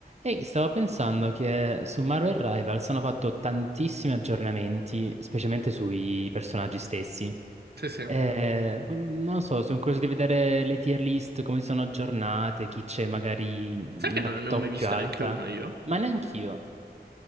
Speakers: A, on the right (about 40°); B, on the right (about 75°).
A: Ehi, stavo pensando che su Marvel Rivals hanno fatto tantissimi aggiornamenti, specialmente sui personaggi stessi.
B: Sì, sì.
A: Eh, non lo so, sono curioso di vedere le tier list, come si sono aggiornate, chi c'è magari
B: Sai che
A: la
B: non ne
A: top
B: ho mai vista
A: più alta.
B: neanche una io?
A: Ma neanch'io.